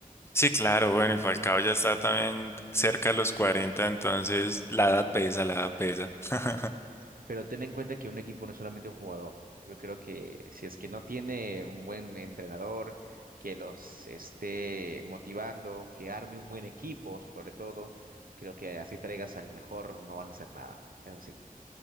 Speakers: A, on the left (about 15°); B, on the right (about 75°).
A: Sí, claro, bueno, y Falcao ya está también cerca de los 40, entonces la edad pesa, la edad pesa. <laughs>
B: Pero ten en cuenta que un equipo no es solamente un jugador. Yo creo que si es que no tiene un buen entrenador que los esté motivando, que arme un buen equipo, sobre todo, creo que así traigas al mejor, no vas a hacer nada. Eso sí,